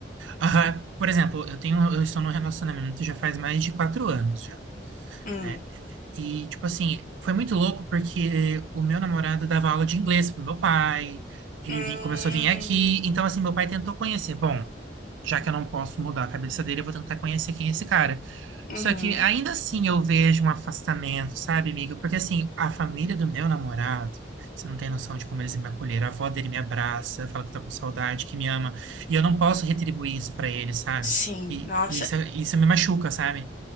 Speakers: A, on the right; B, on the left.
A: Aham. Por exemplo, eu tenho, eu estou num relacionamento já faz mais de quatro anos já,
B: Hum,
A: né? E, tipo assim, foi muito louco porque o meu namorado dava aula de inglês pro meu pai, ele
B: hum,
A: vim- começou a vir aqui, então, assim, meu pai tentou conhecer. Bom, já que eu não posso mudar a cabeça dele, eu vou tentar conhecer quem é esse cara.
B: uhum.
A: Só que ainda assim eu vejo um afastamento, sabe, amigo? Porque assim, a família do meu namorado, você não tem noção de como eles me acolheram. A avó dele me abraça, fala que tá com saudade, que me ama. E eu não posso retribuir isso pra ele, sabe?
B: Sim,
A: E,
B: nossa,
A: e isso, isso me machuca, sabe?